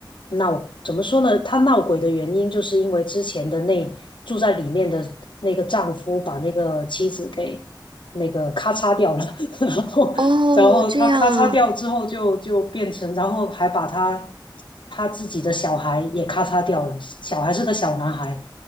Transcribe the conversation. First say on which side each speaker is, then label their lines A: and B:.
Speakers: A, on the left; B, on the right.
A: 闹，怎么说呢？他闹鬼的原因就是因为之前的那住在里面的那个丈夫把那个妻子给那个咔嚓掉了，<laughs> 然后然后他咔嚓掉之后就就变成，
B: 哦，这样啊，
A: 然后还把他他自己的小孩也咔嚓掉了，小孩是个小男孩。